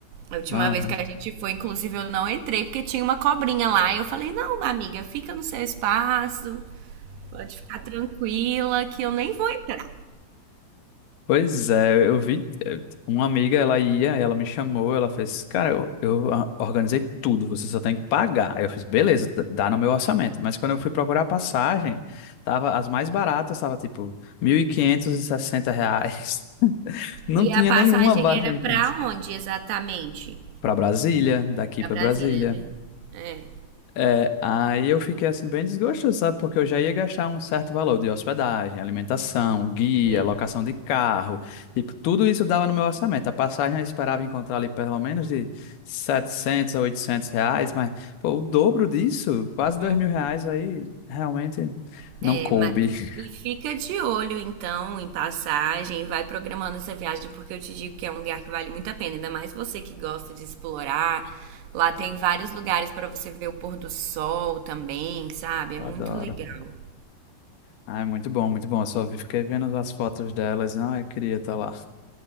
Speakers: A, on the right; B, on the left.
A: A última
B: Aham.
A: vez que a gente foi, inclusive, eu não entrei porque tinha uma cobrinha lá. E eu falei: não, amiga, fica no seu espaço, pode ficar tranquila que eu nem vou entrar.
B: Pois é, eu vi eh, uma amiga, ela ia, ela me chamou, ela fez, cara, eu, eu ah, organizei tudo, você só tem que pagar. Aí eu fiz, beleza, d- dá no meu orçamento. Mas quando eu fui procurar a passagem, tava, as mais baratas tava tipo mil e e quinhentos e sessenta reais. <laughs> Não
A: E
B: tinha
A: a passagem
B: nenhuma abaixo
A: era
B: de 1.500.
A: pra onde exatamente?
B: Pra Brasília, daqui
A: Pra
B: pra
A: Brasília,
B: Brasília.
A: né? É,
B: É, aí eu fiquei assim bem desgostoso, sabe? Porque eu já ia gastar um certo valor de hospedagem, alimentação, guia,
A: sim.
B: locação de carro, tipo, tudo isso dava no meu orçamento. A passagem eu esperava encontrar ali pelo menos de 700 a 800 reais, mas pô, o dobro disso, quase dois
A: Uhum.
B: mil reais, aí realmente não
A: É,
B: coube.
A: mas...
B: <laughs>
A: E fica de olho, então, em passagem e vai programando essa viagem, porque eu te digo que é um lugar que vale muito a pena, ainda mais você que gosta de explorar. Lá tem vários lugares para você ver o pôr do sol também, sabe? É
B: Eu
A: muito
B: adoro.
A: legal.
B: Ai, muito bom, muito bom. Eu só vi- fiquei vendo as fotos delas, não, eu queria estar lá.